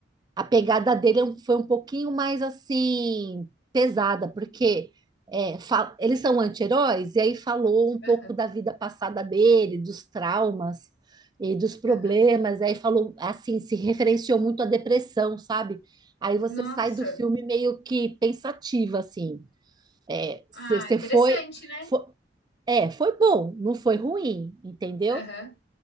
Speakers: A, on the right (about 20°); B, on the left (about 65°).
A: a pegada dele é um- foi um pouquinho mais assim, pesada, porque é, fa- eles são anti-heróis, e aí falou um
B: aham,
A: pouco da vida passada dele, dos traumas e dos problemas,
B: aham.
A: e aí falou assim, se referenciou muito à depressão, sabe? Aí você
B: Nossa.
A: sai do filme meio que pensativa, assim. É, você
B: Ah, interessante,
A: foi,
B: né?
A: foi, é, foi bom, não foi ruim, entendeu?
B: Aham,